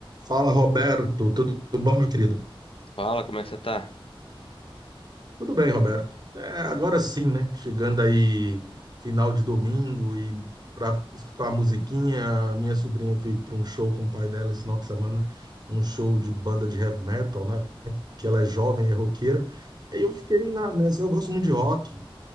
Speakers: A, on the right; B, on the left.
A: Fala, Roberto. Tudo bom, meu querido?
B: Fala, como é que você tá?
A: Tudo bem, Roberto. É, agora sim, né? Chegando aí final de domingo e para escutar a musiquinha, a minha sobrinha foi para um show com o pai dela esse final de semana, um show de banda de heavy metal, né? Que ela é jovem, é roqueira. Aí eu fiquei na, nessa, eu gosto muito de rock,